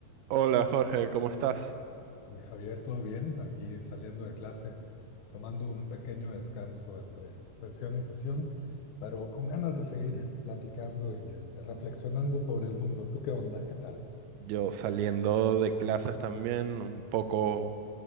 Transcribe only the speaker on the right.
Hola Jorge, ¿cómo estás?
Yo saliendo de clases también, un poco,